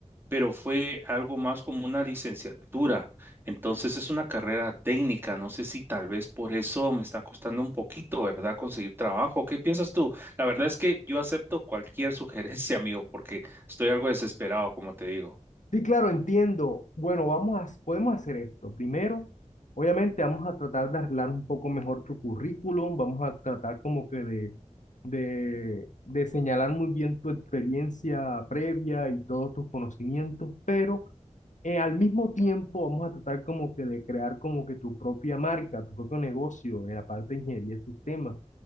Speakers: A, on the right (about 20°); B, on the left (about 85°).
A: pero fue algo más como una licenciatura. Entonces es una carrera técnica. No sé si tal vez por eso me está costando un poquito, ¿verdad? Conseguir trabajo. ¿Qué piensas tú? La verdad es que yo acepto cualquier <laughs> sugerencia, amigo, porque estoy algo desesperado, como te digo.
B: Sí, claro, entiendo. Bueno, vamos a, podemos hacer esto. Primero, obviamente vamos a tratar de arreglar un poco mejor tu currículum, vamos a tratar como que de, de, de señalar muy bien tu experiencia previa y todos tus conocimientos, pero eh, al mismo tiempo vamos a tratar como que de crear como que tu propia marca, tu propio negocio en la parte de ingeniería de sistemas.